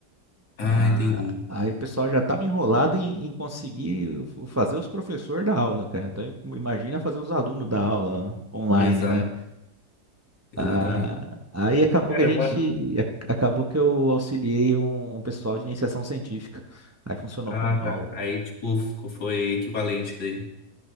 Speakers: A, on the left; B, on the right.
A: Ah,
B: Ah,
A: entendi.
B: aí o pessoal já estava enrolado em, em conseguir f- fazer os professores da aula, cara. Então, im- imagina fazer os alunos da aula online,
A: Exato,
B: né?
A: exatamente.
B: Ah, aí acabou
A: Caramba.
B: que a gente, ac- acabou que eu auxiliei um, um pessoal de iniciação científica. Aí funcionou
A: Ah,
B: como
A: tá.
B: aula.
A: Aí, tipo, ficou- foi equivalente daí.